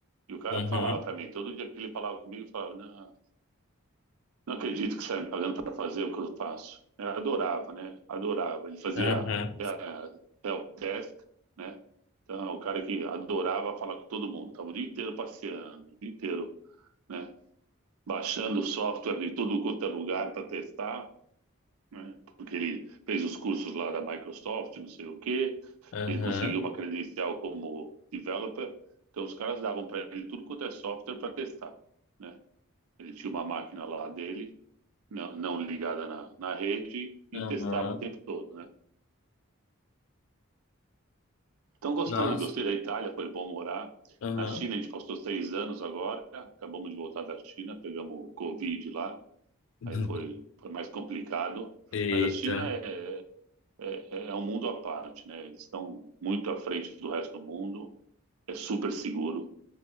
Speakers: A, on the right (about 80°); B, on the left (about 60°).
A: E o cara
B: Uhum.
A: falava para mim, todo dia que ele falava comigo, eu falava, não, Não acredito que está me pagando para fazer o que eu faço. Eu adorava, né? Adorava. Ele fazia
B: Uhum.
A: é, help desk, né? Então, é o cara que adorava falar com todo mundo. Estava o dia inteiro passeando, o dia inteiro, né? Baixando software de tudo quanto é lugar para testar, né? Porque ele fez os cursos lá da Microsoft, não sei o quê.
B: Uhum.
A: Ele conseguiu uma credencial como developer. Então, os caras davam para ele tudo quanto é software para testar, né? Ele tinha uma máquina lá dele não, não ligada na, na rede e
B: Uhum.
A: testava
B: Uhum.
A: o tempo todo, né? Então gostei,
B: Nossa.
A: gostei da Itália, foi bom morar.
B: Uhum.
A: Na China a gente passou seis anos agora, acabamos de voltar da China, pegamos o Covid lá,
B: <laughs>
A: aí foi, foi mais complicado.
B: Eita.
A: Mas a China é, é, é é um mundo à parte, né? Eles estão muito à frente do resto do mundo, é super seguro,